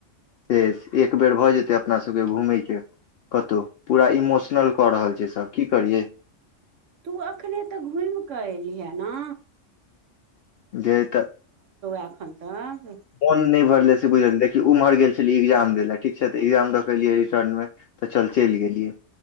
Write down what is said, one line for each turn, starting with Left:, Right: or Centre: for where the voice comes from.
Left: से एक बेर भऽ जेतैय अपना सभके घूमयके कतो पूरा इमोशनलक रहल छैय सब करिए
Right: तू एखने तऽ घूमि कऽ एलिहे न
Left: जे तऽ
Right: एखन तक
Left: मोन नहि भरले से बुझल देखि उम्हर गेल छलियै एग्जाम दै लए ठीक छै तऽ ए्जाम द के लियै री